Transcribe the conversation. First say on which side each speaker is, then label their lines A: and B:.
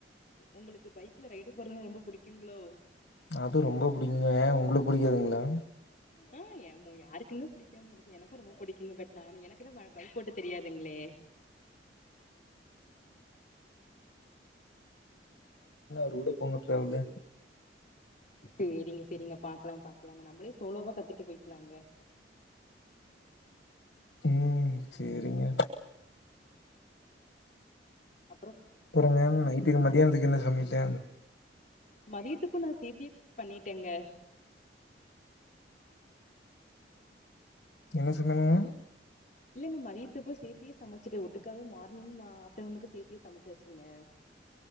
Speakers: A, on the left; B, on the left.
A: உங்குளுக்கு பைக்ல ரைடு போடுறதுதா ரொம்ப புடிக்குங்களோ
B: அது ரொம்போ புடிக்குங்க உங்குளுக்கு புடிக்காதுங்களா
A: ஆ ஏ மோ யாருக்குங்க புடிக்காம இருக்கோ எனக்கோ ரொம்போ பிடிக்குங்க பட் நானு எனக்குதா பைக் போட்டு தெரியாதுங்ளே
B: இன்னோ அவரு கூட போங்க ட்ராவலு
A: செரிங்க செரிங்க பாக்கலா பாக்கலாங்க நம்மளே சோலோவா கத்துட்டு போய்க்கலாங்க
B: ம் செரிங்க
A: அப்புறோ
B: அப்புறங்க நைட்டுக்கு மதியானத்துக்கு என்ன சமையலு
A: மதியத்துக்கு நா சேத்தே பண்ணிட்டேங்க
B: என்ன சொன்னாங்கங்க
A: இல்லங்க மதியத்துக்கோ சேத்தே சமச்சிட்டு ஒட்டுக்காகவே மார்னிங் ஆ ஆஃப்டர்நூனுக்கு சேத்தே சமச்சாசுங்க